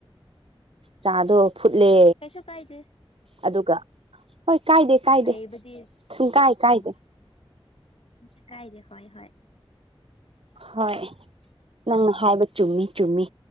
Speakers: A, on the right; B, on the left.
A: ꯆꯥꯗꯣ ꯐꯨꯠꯂꯦ
B: ꯀꯩꯁꯨ ꯀꯥꯏꯗꯦ
A: ꯑꯗꯨꯒ ꯍꯣꯏ ꯀꯥꯏꯗꯦ ꯀꯥꯏꯗꯦ
B: ꯂꯩꯕꯗꯤ
A: ꯁꯨꯡꯀꯥꯏ
B: ꯎꯝ
A: ꯀꯥꯏꯗꯦ
B: ꯎꯝ ꯀꯩꯁꯨ ꯀꯥꯏꯗꯦ ꯍꯣꯏ ꯍꯣꯏ
A: ꯍꯣꯏ ꯅꯪꯅ ꯍꯥꯏꯕ ꯆꯨꯝꯃꯤ ꯆꯨꯝꯃꯤ